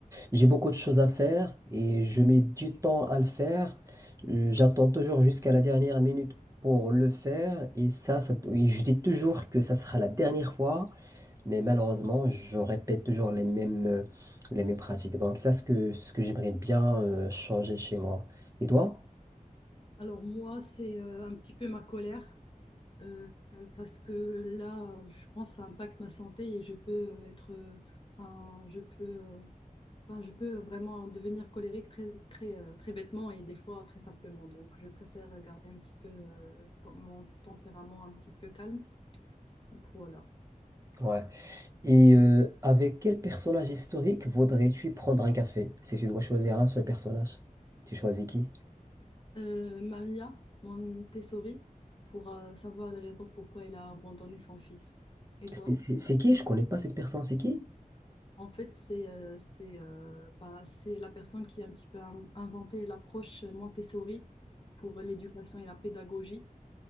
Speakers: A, on the right (about 20°); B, on the left (about 35°).
A: j'ai beaucoup de choses à faire et je mets du temps à le faire. Euh, J'attends toujours jusqu'à la dernière minute pour le faire et ça, ça- et je dis toujours que ça sera la dernière fois Mais malheureusement, je répète toujours les mêmes, euh, les mêmes pratiques. Donc ça, ce que, ce que j'aimerais bien euh, changer chez moi. Et toi?
B: Alors moi, c'est euh, un petit peu ma colère euh, euh, parce que là, je pense que ça impacte ma santé et je peux euh, être, euh, enfin, je peux, euh, enfin, je peux vraiment devenir colérique très, très, euh, très bêtement et des fois très simplement. Donc, je préfère garder un petit peu euh, ton- mon tempérament un petit peu calme. Donc voilà.
A: Ouais. Et euh, avec quel personnage historique voudrais-tu prendre un café? Si tu dois choisir un seul personnage, tu choisis qui?
B: euh, Maria Montessori pour euh, savoir les raisons pourquoi elle a abandonné son fils. Et toi?
A: C'est c'est- c'est qui? Je connais pas cette personne, c'est qui?
B: En fait, c'est euh, c'est euh, bah, c'est la personne qui a un petit peu in- inventé l'approche Montessori pour l'éducation et la pédagogie